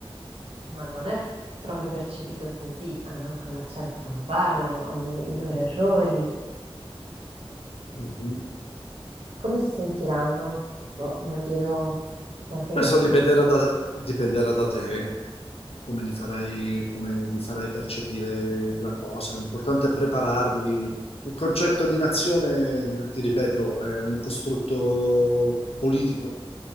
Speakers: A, on the right (about 70°); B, on the left (about 75°).
A: ma non è f- proprio percepito così, hanno anche un accento quando parlano, hanno i loro errori.
B: Mhm.
A: Come si sentiranno? Boh, me lo chiedo da sei
B: Questo
A: anni.
B: dipenderà da, dipenderà da te, come li farai, come li farai percepire la cosa. L'importante è prepararli. Il concetto di nazione, ti ripeto, è un costrutto politico